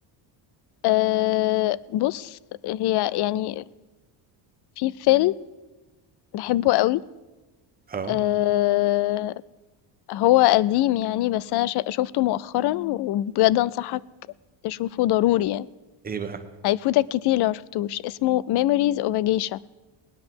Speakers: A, on the left; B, on the right.
A: أه بص هي يعني في فيلم بحبه قوي
B: اه
A: أه هو قديم يعني بس انا شا- شفته مؤخرا وبجد انصحك تشوفه ضروري يعني
B: ايه بقى
A: هيفوتك كتير لو مشفتوش اسمه Memories of a Geisha